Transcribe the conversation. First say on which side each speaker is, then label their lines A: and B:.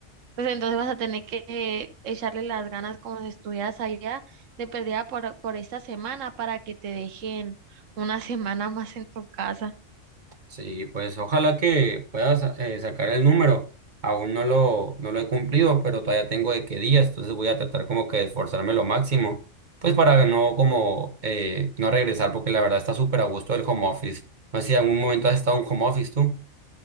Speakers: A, on the right (about 75°); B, on the right (about 40°).
A: Pues entonces vas a tener que echarle las ganas como si estuvieras allá de perdida por, por esta semana para que te dejen una <laughs> semana más en tu casa.
B: Sí, pues ojalá que puedas eh, sacar el número. Aún no lo, no lo he cumplido, pero todavía tengo de qué días, entonces voy a tratar como que de esforzarme lo máximo, pues para no como eh, no regresar, porque la verdad está súper a gusto el home office. No sé si en algún momento has estado en un home office tú.